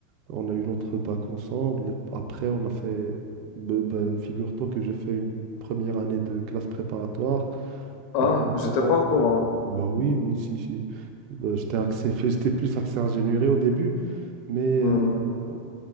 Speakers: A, on the right (about 50°); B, on the left (about 60°).
A: on a eu notre bac ensemble. Après, on a fait, ben- ben, figure-toi que j'ai fait une première année de classe préparatoire.
B: Ah,
A: Avant,
B: j'étais
A: avant,
B: pas au courant.
A: bah oui, oui, si, si. Euh, J'étais axé, <laughs> j'étais plus axé ingénierie au début, mais
B: Mhm.
A: euh, euh,